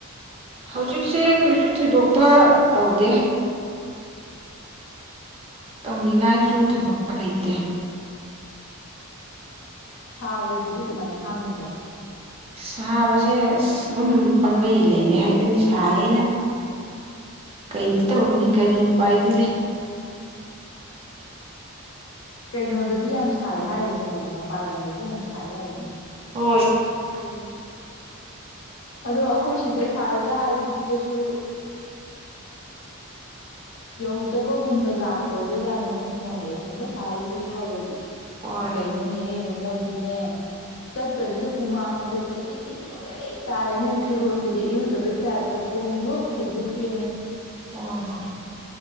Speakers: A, on the right; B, on the left.
A: ꯍꯧꯖꯤꯛꯁꯦ ꯀꯩꯁꯨ ꯊꯣꯏꯗꯣꯛꯄ ꯇꯧꯗꯦ ꯇꯧꯅꯤꯡꯉꯥꯏꯁꯨ ꯊꯣꯏꯗꯣꯛꯄ ꯂꯩꯇꯦ
B: ꯁꯥꯕꯁꯤꯗꯤ ꯀꯃꯥꯏ ꯈꯥꯡꯉꯤꯕ
A: ꯁꯥꯕꯁꯦ ꯑꯁ ꯑꯗꯨꯝ ꯄꯥꯡꯒꯩ ꯂꯩꯔꯦ ꯍꯥꯏꯗꯨꯅꯤ ꯁꯥꯏꯌꯦꯅ ꯀꯩꯗꯤ ꯇꯧꯔꯨꯅꯤ ꯀꯔꯤ ꯎꯄꯥꯏꯗꯤ ꯂꯩ
B: ꯀꯩꯅꯣꯗꯗꯤ ꯌꯥꯝ ꯁꯥꯏ ꯍꯥꯏꯔꯤꯅꯦ ꯃꯄꯥꯟ ꯂꯝꯗꯗꯤ ꯌꯥꯝ ꯁꯥꯏ ꯍꯥꯏꯔꯤꯅꯦ
A: ꯍ
B: ꯑꯗꯣ ꯑꯩꯈꯣꯏ ꯁꯤꯗ ꯁꯥꯏꯒ ꯍꯥꯏꯁꯤꯗꯤ ꯀꯩꯁꯨ ꯌꯧꯗꯕꯒꯨꯝꯕꯖꯥꯠ ꯑꯣꯏꯕ ꯖꯥꯠꯅꯤꯗ ꯃꯣꯏꯌꯦ ꯁꯣꯝꯗ ꯁꯥꯔꯤꯁꯤꯒ ꯍꯥꯏꯔꯨꯔꯗꯤ
A: ꯍꯣꯏ
B: ꯀꯩꯅꯣꯅꯦ ꯃꯣꯏ ꯁꯤꯅꯦ ꯆꯠꯄꯁꯤꯗ ꯍꯨꯃꯥꯡꯅꯒ ꯆꯦ ꯆꯦ ꯆꯦꯂꯩ ꯇꯥꯏꯃꯦ ꯐꯤꯔꯣꯟꯜꯗꯨꯗꯤ ꯏꯔꯨꯖꯕꯩ ꯇꯥꯏꯞꯇ ꯄꯨꯡꯂꯨꯞꯨꯞ ꯍꯦꯛ ꯂꯨꯞ ꯄꯦꯝꯃꯦ
A: ꯑꯣ ꯍ